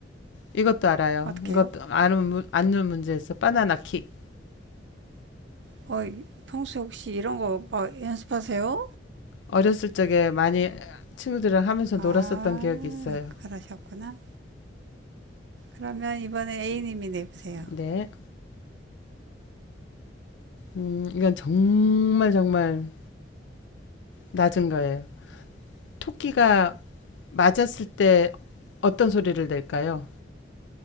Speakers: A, on the left; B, on the right.
A: 이것도 알아요.
B: 어떻게요?
A: 이것도 아는 문- 아는 문제에서 바나나 킥
B: 어, 평소에 혹시 이런 거 뭐 연습하세요?
A: 어렸을 적에 많이 친구들이랑 하면서
B: 아,
A: 놀았었던 기억이 있어요.
B: 그러셨구나. 그러면 이번에 A님이 내보세요.
A: 네. 음, 이건 정말 정말 낮은 거예요. 토끼가 맞았을 때 어떤 소리를 낼까요?